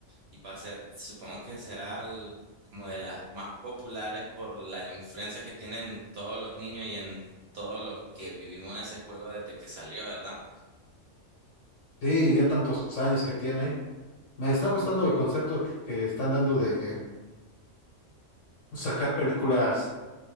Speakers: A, on the right; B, on the left.
A: Y va a ser, supongo que será el- como de las más populares por la influencia que tienen todos los niños y en todos los que vivimos ese juego desde que salió, ¿verdad?
B: Sí, ya tantos años que tiene. Me está gustando el concepto que están dando de sacar películas